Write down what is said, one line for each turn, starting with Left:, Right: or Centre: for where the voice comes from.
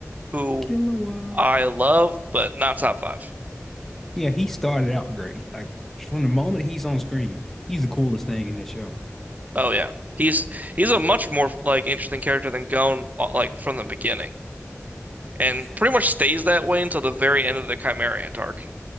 Right: who
Centre: Killua.
Right: I love, but not top five.
Centre: Yeah, he started out great. Like from the moment he's on screen, he's the coolest thing in that show.
Right: Oh yeah, he's he's a much more like interesting character than Gon uh, like from the beginning, and
Centre: Yeah,
Right: pretty much stays that way until the very end of the Chimeriant arc.